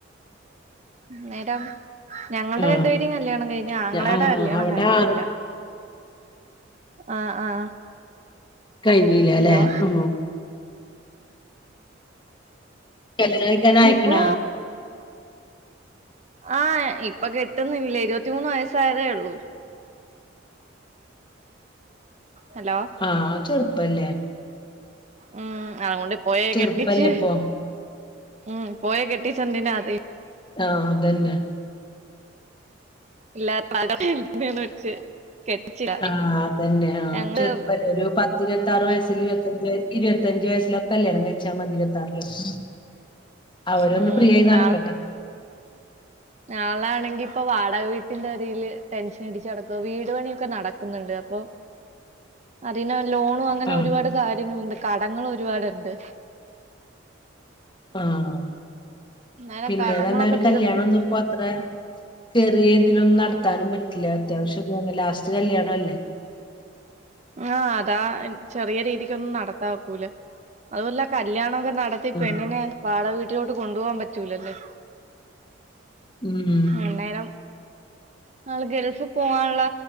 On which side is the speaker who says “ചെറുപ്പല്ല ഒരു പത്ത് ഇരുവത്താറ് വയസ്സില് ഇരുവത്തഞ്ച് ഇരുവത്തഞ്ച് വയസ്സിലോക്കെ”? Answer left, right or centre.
Left